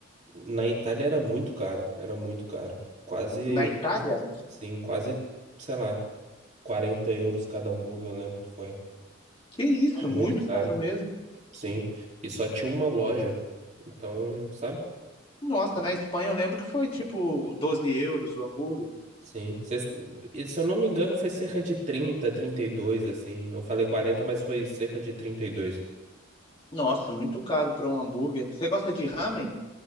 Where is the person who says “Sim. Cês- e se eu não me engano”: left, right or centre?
Right